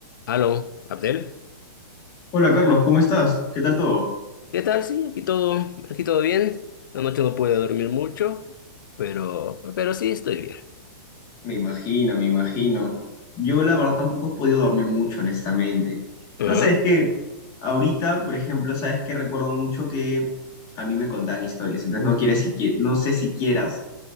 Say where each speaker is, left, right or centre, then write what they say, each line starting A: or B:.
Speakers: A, on the left (about 70°); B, on the left (about 30°).
A: Aló, Abdel.
B: Hola Carlos, ¿cómo estás? ¿Qué tal todo?
A: ¿Qué tal? Sí, aquí todo, aquí todo bien. Anoche no pude dormir mucho, pero, pero sí estoy bien.
B: Me imagino, me imagino. Yo la verdad tampoco he podido dormir mucho, honestamente.
A: Ah,
B: No sé, es que ahorita, por ejemplo, sabes que recuerdo mucho que a mí me contaban historias, entonces no quieres siqui- no sé si quieras